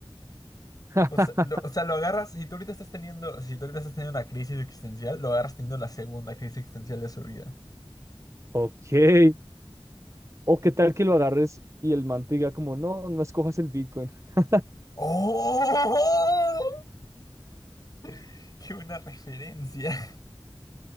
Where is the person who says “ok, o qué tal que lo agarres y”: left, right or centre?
Right